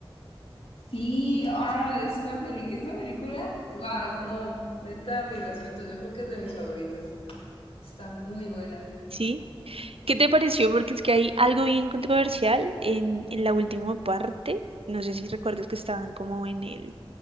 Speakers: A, on the left (about 80°); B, on the right (about 80°).
A: Sí, ah, esta peli- esa película, wow, no, neta, mis respetos, yo creo que es de mis favoritas. Está muy buena.
B: Sí. ¿Qué te pareció? Porque es que hay algo bien controversial en, en la última parte. No sé si recuerdas que estaban como en el,